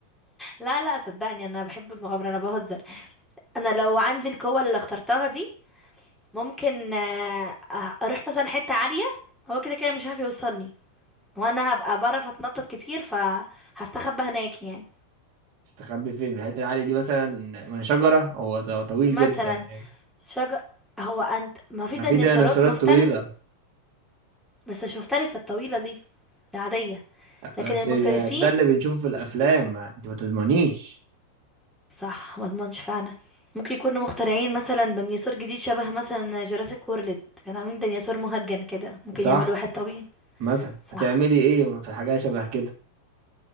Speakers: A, in the centre; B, on the right.
A: لا لا صدقني انا بحب المغامره انا بهزر انا لو عندي القوه اللي اخترتها دي ممكن آه، آه، اروح مثلا حتة عالية هو كده كده مش هيعرف يوصلني وانا هبقى بعرف اتنطط كتير فهستخبى هناك يعني
B: تستخبي فين في الحته العاليه دي مثلا ما هي شجره هو ط- طويل
A: مثلا
B: جدا يعني
A: شجر هو انت ما في
B: ما
A: ديناصورات
B: في ديناصورات
A: مفترس
B: طويله
A: بس مش مفترسة الطويلة دي العادية لكن
B: بس
A: المفترسين
B: ده اللي بنشوفه في الافلام ما- انت ما تضمنيش
A: صح ما اضمنش فعلا ممكن يكونوا مخترعين مثلا ديناصور جديد شبه مثلا جوراسيك وورلد كانوا عاملين ديناصور مهجن كده ممكن
B: صح
A: يعملوا واحد طويل
B: مثلا
A: صح
B: هتعملي ايه في حاجه شبه كده